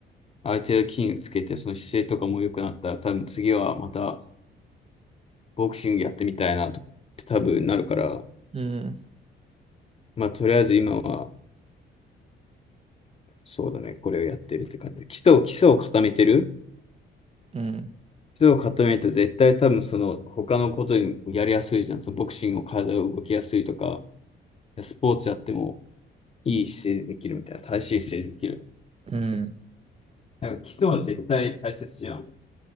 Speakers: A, on the left; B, on the right.
A: ある程度筋肉つけて、その姿勢とかも良くなったら、多分次はまたボクシングやってみたいなと、多分なるから、
B: うん、
A: まあとりあえず今はそうだね、これをやってるって感じ。基礎を、基礎を固めてる
B: うん、
A: 基礎を固めると絶対多分その他のことにやりやすいじゃん。そのボクシングを体を動きやすいとか、スポーツやってもいい姿勢でできるみたいな、正しい姿勢でできる。
B: うん。
A: なんか基礎は絶対大切じゃん。